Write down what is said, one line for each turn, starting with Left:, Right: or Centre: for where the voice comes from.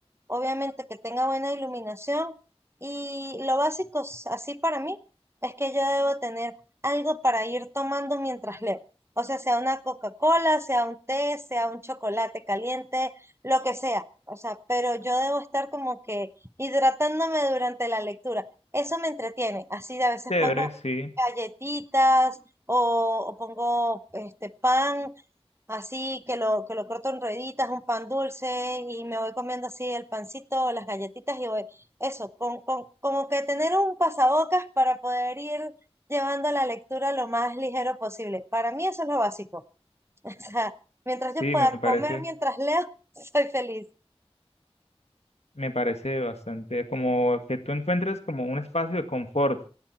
Right: obviamente que tenga buena iluminación y lo básico s- así para mí es que yo debo tener algo para ir tomando mientras leo. O sea, sea una Coca-Cola, sea un té, sea un chocolate caliente, lo que sea. O sea, pero yo debo estar como que hidratándome durante la lectura. Eso me entretiene. Así a veces
Left: Chévere,
Right: pongo
Left: sí,
Right: galletitas o, o pongo este pan así que lo, que lo corto en rueditas, un pan dulce y me voy comiendo así el pancito, las galletitas y voy, eso, con, con- como que tener un pasabocas para poder ir llevando la lectura lo más ligero posible. Para mí eso es lo básico. <laughs> O sea, mientras
Left: sí,
Right: yo pueda
Left: me parece.
Right: comer mientras leo, <laughs> soy feliz.
Left: Me parece bastante como que tú encuentres como un espacio de confort.